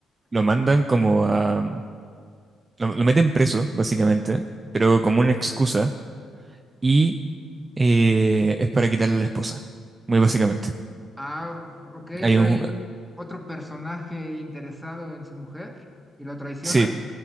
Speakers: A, on the right (about 30°); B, in the centre.
A: lo mandan como a... Lo, lo meten preso, básicamente, pero como una excusa y eh, es para quitarle a la esposa, muy básicamente.
B: Ah, ok,
A: Hay
B: o sea,
A: un...
B: hay otro personaje interesado en su mujer y lo traiciona.
A: Sí,